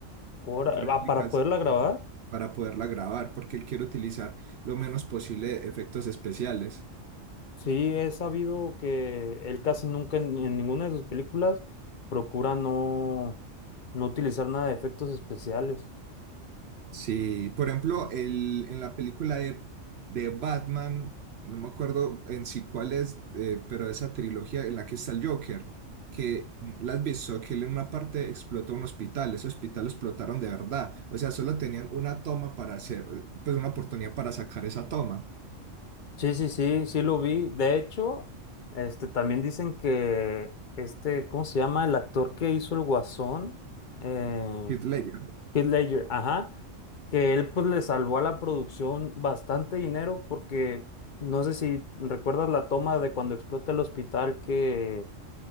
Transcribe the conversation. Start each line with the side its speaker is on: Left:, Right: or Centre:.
Left: Ahora,
Right: réplicas,
Left: ah, para poderla
Right: sí,
Left: grabar,
Right: para poderla grabar, porque él quiere utilizar lo menos posible efectos especiales.
Left: sí, he sabido que él casi nunca en, en ninguna de sus películas procura no, no utilizar nada de efectos especiales.
Right: Sí, por ejemplo, el, en la película de, de Batman, no me acuerdo en sí cuál es, eh, pero esa trilogía en la que está el Joker, que mm, la has visto, que él en una parte explotó un hospital, ese hospital lo explotaron de verdad, o sea, solo tenían una toma para hacer, eh, pues una oportunidad para sacar esa toma,
Left: Sí, sí, sí, sí lo vi. De hecho, este también dicen que este, ¿cómo se llama? El actor que hizo el Guasón, eh,
Right: Heath Ledger,
Left: Heath Ledger, ajá, que él pues le salvó a la producción bastante dinero porque no sé si recuerdas la toma de cuando explota el hospital que